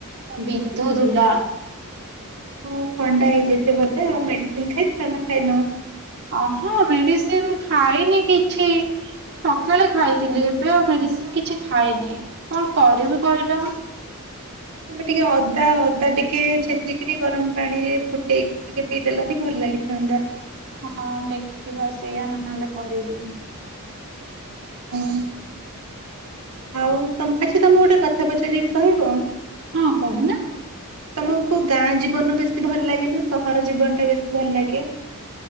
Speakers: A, on the right (about 50°); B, on the right (about 80°).
A: ବିନ୍ଧୁଥୁଲା।
B: ହଁ ଥଣ୍ଡା ହେଇଯାଇିଚି ବୋଧେ ଆଉ ମେଡିସିନ ଖାଇଥିଲ ନା ଖାଇନ।
A: ଅହଁ ମେଡିସିନ ଖାଇନି କିଛି। ସକାଳେ ଖାଇଥିଲି ଏବେ ଆଉ ମେଡିସିନ କିଛି ଖାଇନି କଣ କରିବି କହିଲ।
B: ଏବେ ଟିକେ ଅଦା ଅଦା ଟିକେ ଛେଚିକରି ଗରମ ପାଣିରେ ଫୁଟେଇକି ଟିକେ ପିଇଦେଲନି ଭଲ ଲାଗିଥାନ୍ତା।
A: ହଁ ଦେଖିବା ସେଇଆ ନହେଲେ କରିବି।
B: ହୁଁ। ଆଉ ତମ ଆଚ୍ଛା ତମକୁ ଗୋଟେ କଥା ପଚାରିବି କହିବ।
A: ହଁ କହୁନା।
B: ତମକୁ ଗାଁ ଜୀବନ ଟା ବେଶୀ ଭଲ ଲାଗେ ନା ସହର ଜୀବନ ଟା ବେଶୀ ଭଲ ଲାଗେ।